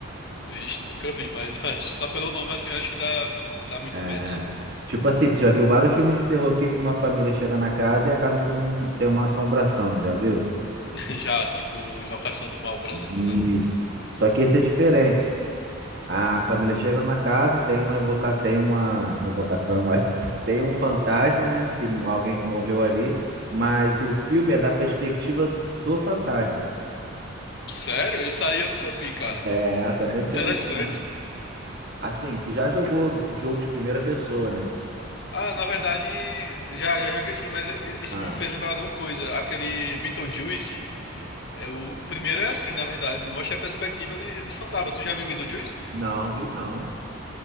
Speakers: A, on the left (about 55°); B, on the right (about 50°).
A: Ixi, nunca vi, mas <laughs> eu acho- só pelo nome, assim, eu acho que dá, que dá muito
B: É.
A: medo, né?
B: Tipo assim, tu já viu vários filmes de terror que uma família chega na casa e a casa tem um, tem uma assombração, não já viu?
A: <laughs> Já, tipo, Invocação do Mal, por
B: Isso.
A: exemplo, né?
B: Só que esse é diferente. A família chega numa casa, tem uma invoca... tem uma, uma invocação, mas <laughs> tem um fantasma, né? Que alguém que morreu ali, mas o filme é da perspectiva do fantasma. <laughs>
A: Sério? Isso aí eu nunca vi, cara.
B: É, também não
A: Interessante.
B: tinha visto não. Assim, tu já jogou jogo de primeira pessoa, né?
A: Ah, na verdade, já, já joguei sim, mas eu- eu- isso
B: Ah,
A: me fez lembrar de uma coisa. Aquele Beetlejuice, é o, o primeiro é assim, na verdade, né? mostra a perspectiva de, de fantasma. Tu já viu Beetlejuice?
B: não, vi não.